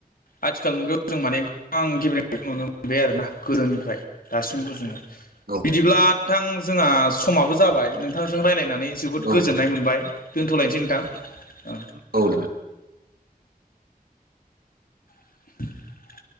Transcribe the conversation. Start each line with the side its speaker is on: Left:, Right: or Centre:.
Left: आथिखाल मुगायाव जों माने गोबां गिब्रेंखौ नुनो मोनबाय आरोना गोदोनिफ्राय दासिमबो जोङो
Right: नोंथां औ
Left: बिदिब्ला नोंथां जोंहा समाबो जाबाय नोंथांजों रायज्लायनानै जोबोद
Right: औ
Left: गोजोननाय
Right: नोंथां
Left: मोनबाय दोन्थ'लायनोसै नोंथां।
Right: औ दे।
Left: <unintelligible>